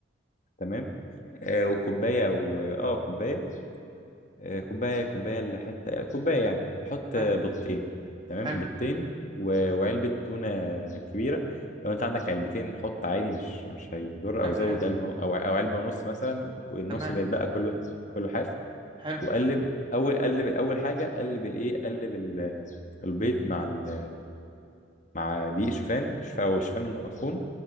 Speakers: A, on the left (about 40°); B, on the right (about 25°).
A: تمام آه، وكوباية أو آه كوباية آه، كوباية كوباية لحتة كوباية يعني وحط
B: تمام
A: آه، بيضتين تمام
B: حلو
A: بيضتين و- وعلبة تونة كبيرة لو أنت عندك علبتين حط عادي مش مش هيضر
B: شغال
A: أو زود علبة أو أو علبة ونص مثلا النص
B: تمام
A: اللي يتبقى كله كله حاف
B: حلو
A: وقلب اول قلب اول حاجه قلب الايه قلب ال- البيض مع ال- مع دقيق شوفان شوفان او شوفان المطحون